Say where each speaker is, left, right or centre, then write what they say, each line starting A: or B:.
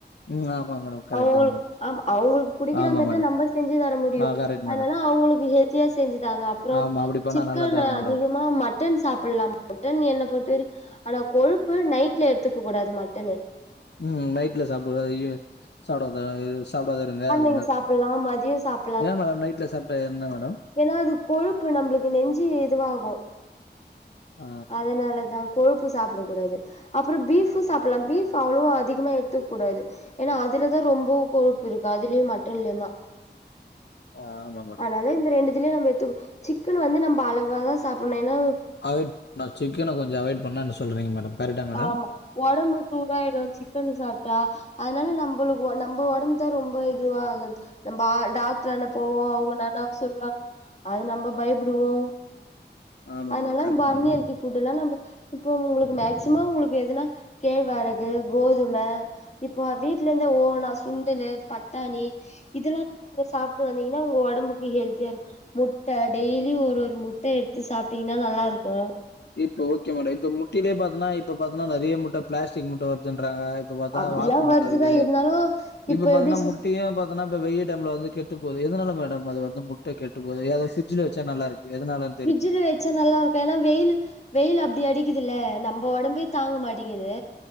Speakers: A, on the left; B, on the left.
A: ம் ஆமா மேடம் கரெக்ட்
B: அவ்ங்களுக்
A: தா மேடம்
B: ஆமா அவ்ங்களுக்கு புடிக்கிறமாரிதா
A: ஆமா மேடம்
B: நம்ம செஞ்சு தர முடியு
A: ஆ கரெக்ட் மேடம்
B: அதனால அவ்ங்களுக்கு ஹெல்த்தியா செஞ்சுதாங்க அப்புறோ
A: ஆமா அப்டி பண்ணா
B: சிக்கன
A: நல்லாதா இருக்கு மேடம்
B: அதிகமா மட் மட்டன் சாப்புல்லா மட்டன் என்ன பொறுத்தவர ஆனா கொழுப்பு நைட்ல எடுத்துக்க கூடாது மட்டனு
A: ம் நைட்ல சாப்பட்றது ஐயே சாப்படாத சாப்படாத இருங்க அது
B: ங் சாப்புல்லா மதியோ சாப்
A: ஏ மேடம் நைட்ல சாப்ட்டா என்ன மேடம்
B: எனா அது கொழுப்பு நம்ளுக்கு நெஞ்சு இதுவாகு
A: ஆ
B: அதனாலதா கொழுப்பு சாப்டக் கூடாது அப்புறோ பீஃப் சாப்டலா பீஃப் அவ்ளோவா அதிகமா எடுத்துக் கூடாது எனா அதுலதா ரொம்ப கொழுப்பு இருக்கு அதுலயு மட்டன்லயுதா
A: ஆமா மேடம்
B: ஆதனால இந்த ரெண்டு இதுல நம்ம எடுத்துக்க சிக்கன் வந்து நம்ம அழவாதா சாப்பட்னு எனா
A: அவாய்ட் பண்ண சிக்கன கொஞ்சோ அவாய்ட் பண்ண என்ன சொல்றீங்க மேடம் கரெக்டா மேடம்
B: ஆமா ஒடம்பு சூடாய்டு சிக்கனு சாப்ட்டா அதனால நம்ளுக்கு நம்ப ஒடம்புதா ரொம்ப இதுவாகுது நம்ப டாக்ட்ரான்ட போவோ அவுங்க எதா சொல்லுவாங்க அது நம்ம பயப்புடுவோ
A: ஆமா
B: அதனாலதா
A: மேடம் கரெக்ட்
B: நம்ம
A: மேடம்
B: அன் ஹெல்தி புட்டுலா நம்ம இப்ப உங்குளுக்கு மேக்சிமம் உங்குளுக்கு எதுனா கேழ்வரகு கோதும இப்போ வீட்ல இருந்து ஓனா சுண்டலு பட்டாணி இதெல்லாமே நீங்க சாப்ட்டு வந்தீங்கனா உங்க ஒடம்புக்கு ஹெல்தியா இருக்கு முட்ட டெய்லி ஒரு ஒரு முட்ட எடுத்து சாப்ட்டீங்கனா நல்லாருக்கு
A: இப்ப ஓகே மேடோ இப்ப முட்டைலயே பாத்தனா இப்ப பாத்தனா நறைய முட்ட ப்ளாஸ்டிக் முட்ட வருதுன்றாங்க இப்ப பாத்தா
B: அப்டிலா
A: வாத்து முட்ட
B: வருதுதா
A: இருக்குது
B: இருந்தாலு
A: இப்ப பாத்தனா
B: எப்டி சொ
A: முட்டயு பாத் இதனா இப்ப வெயில் டைம்ல வந்து கெட்டு போது எதனால மேடம் அது வந்து முட்ட கெட்டு போது அத ஃபிரிட்ஜுல வெச்சா நல்லாருக்கு எதனாலன்
B: ஃபிரிட்ஜில வெச்சா நல்லாருக் எனா வெயிலு வெயில் அப்டி அடிக்குதுல்ல நம்ப ஒடம்பே தாங்க மாட்டிங்குது